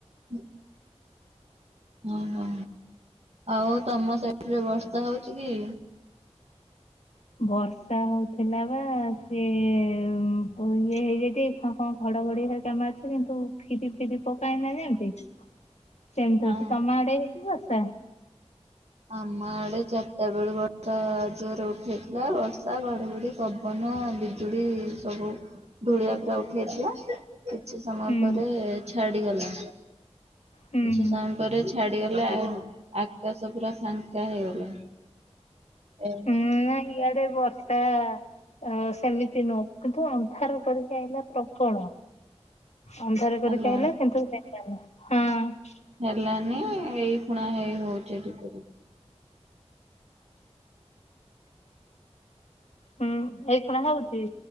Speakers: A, on the right; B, on the left.
A: ହଁ। ଓହୋ ଆଉ ତମ ସେପଟରେ ବର୍ଷା ହଉଛି କି?
B: ବର୍ଷା ହଉଥିଲା ବା ସିଏ-ଏ-ଏ-ଏ ଇଏ ହେ ଇଯାଇଛି କଣ କ ଘଡଘଡି ହେରିକା ମାରୁଚି କିନ୍ତୁ ଫିରି ଫିରି ପକାଏନା ଯେମିତି ସେମିତି
A: ହଁ,
B: ହଉଛି। ତମ ଆଡେ ହେଇଛି ବର୍ଷା?
A: ଆମ ଆଡେ ଚାରିଟା ବେଳୁ ବର୍ଷା ଜୋର ଉଠେଇଥିଲା ବର୍ଷା, ଘଡଘଡି ପବନ, ବିଜୁଳି ସବୁ ଧୂଳିଆ ପୁରା ଉଠି ଯାଇଥିଲା। କିଛି ସମୟ
B: ହୁଁ
A: ପରେ ଛାଡିଗଲା।
B: ହୁଁ।
A: କିଛି ସମ ପରେ ଛାଡିଗଲା ଆଉ ଆକାଶ ପୁରା ଫାଙ୍କା ହେଇଗଲା। ଏବ୍
B: ହୁଁ ନାଇଁ ଇଆଡେ ବର୍ଷା ଅ ସେମିତି ନୁହଁ କିନ୍ତୁ ଅନ୍ଧାର କରିକି ଆଇଲା ପ୍ରବଳ। ଅନ୍ଧାର କରିକି
A: ହ୍ୟାଲୋ
B: ଆଲ କିନ୍ତୁ ଦେଖା ନାହିଁ।
A: ହେଲାନି ଏଇ ପୁଣା ହେଇ ହୋଉଚି ଟିକେ ଟିକେ।
B: ହୁଁ ଏଇ କଣ ହୋଉଚି।